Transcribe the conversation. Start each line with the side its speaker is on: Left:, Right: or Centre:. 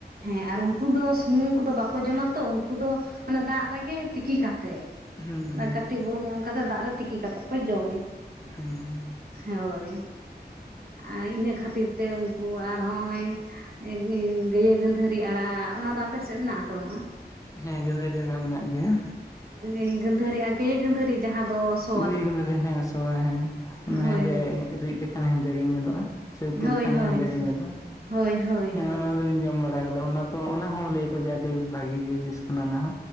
Right: ᱦᱮᱸ ᱟᱨ ᱩᱱᱠᱩ ᱫᱚ ᱥᱩᱱᱩᱢ ᱠᱚᱫᱚ ᱵᱟᱠᱚ ᱡᱚᱢᱟ ᱛᱚ᱾ ᱩᱱᱠᱩ ᱫᱚ ᱢᱟᱱᱮ ᱫᱟᱜ ᱨᱮᱜᱮ ᱛᱤᱠᱤ ᱠᱟᱛᱮᱜ
Left: ᱦᱩᱸ
Right: ᱟᱨ
Left: ᱦᱩᱸ
Right: ᱠᱟᱹᱴᱤᱡ ᱵᱩᱞᱩᱝ ᱮᱢ ᱠᱟᱛᱮᱫ ᱫᱟᱜ ᱨᱮ ᱛᱤᱠᱤ ᱠᱟᱛᱮᱜ ᱠᱚ ᱡᱚᱢᱟ᱾
Left: ᱦᱮᱸ
Right: ᱦᱳᱭ ᱟᱨ ᱤᱱᱟᱹ ᱠᱷᱟᱹᱛᱤᱨ ᱛᱮ ᱩᱱᱠᱩ ᱟᱨ ᱦᱚᱸᱜᱼᱚᱭ <unintelligible> ᱜᱟᱹᱭᱟᱹ ᱜᱟᱹᱫᱷᱟᱹᱨᱤ ᱟᱲᱟᱜ ᱚᱱᱟᱫᱚ ᱟᱯᱮᱥᱮᱫ ᱢᱮᱱᱟᱜ-ᱟ ᱥᱮ ᱵᱟᱹᱱᱩᱜᱼᱟ?
Left: ᱦᱮᱸ ᱜᱟᱹᱫᱟᱹᱨᱤ ᱟᱲᱟᱜ ᱢᱮᱱᱟᱜ ᱜᱮᱭᱟ᱾
Right: ᱮᱸᱜ ᱜᱟᱹᱫᱷᱟᱹᱨᱤ ᱜᱟᱹᱭᱟᱹ ᱜᱟᱹᱫᱷᱟᱹᱨᱤ ᱡᱟᱦᱟᱸ ᱫᱚᱥ
Left: ᱜᱩᱭᱟᱹᱜᱟᱹᱫᱷᱟᱹᱨᱤ ᱦᱮ ᱱᱚᱣᱟ ᱦᱮ ᱚᱱᱮ
Right: ᱦᱳᱭ
Left: ᱦᱮᱸᱫᱮ
Right: ᱦᱳᱭ
Left: ᱨᱤᱫᱽ ᱞᱮᱠᱷᱟᱱ ᱦᱮᱸᱫᱮ ᱜᱮ ᱧᱮᱞᱚᱜᱼᱟ ᱥᱮ ᱩᱛᱩ
Right: ᱦᱳᱭ
Left: ᱞᱮᱠᱷᱟᱱ
Right: ᱦᱳᱭ
Left: ᱦᱚ ᱦᱮᱸᱫᱮ ᱜᱮ ᱧᱮᱞᱚᱜᱼᱟ,
Right: ᱦᱳᱭ ᱦᱳᱭ ᱦᱳᱭ
Left: ᱦᱮᱸ ᱚᱱᱟ ᱫᱚᱞᱤᱧ ᱡᱚᱢ ᱵᱟᱲᱟ ᱠᱟᱫᱟ ᱛᱚ ᱚᱱᱟ ᱦᱚᱸ ᱞᱟᱹᱭᱟᱠᱚ ᱡᱮ ᱟᱹᱰᱤ ᱵᱷᱟᱜᱤ ᱡᱤᱱᱤᱥ ᱠᱟᱱᱟ ᱚᱱᱟ